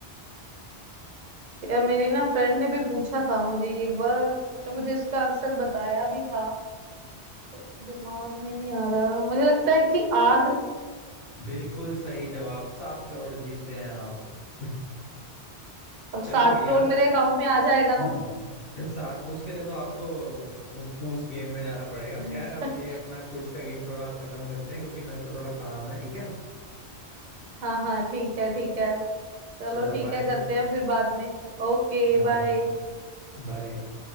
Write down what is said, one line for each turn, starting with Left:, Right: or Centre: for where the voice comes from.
Right: यार मेरी ना फ्रेंड ने भी पूछा था मुझे ये एक बार और उसने मुझे इसका आंसर बताया भी था तो दिमाग में नहीं आ रहा मुझे लगता है कि आग
Left: बिल्कुल सही जवाब सात करोड़ जीतते हैं आप <laughs>
Right: अब
Left: चलो
Right: सात
Left: भैया
Right: करोड़ मेरे अकाउंट में आ जाएगा
Left: <laughs>
Right: ना
Left: साथ उसके लिए तो आपको उ- उस गेम में जाना पड़ेगा
Right: <laughs>
Left: खैर अब ये अपना क्विज का गेम थोड़ा खत्म करते हैं क्योंकि मेरे को थोड़ा काम है ठीक है
Right: हाँ हाँ ठीक है ठीक है चलो
Left: चलो
Right: ठीक
Left: बाय
Right: है करते हैं फिर बाद में Okay
Left: हाँ
Right: bye
Left: बाय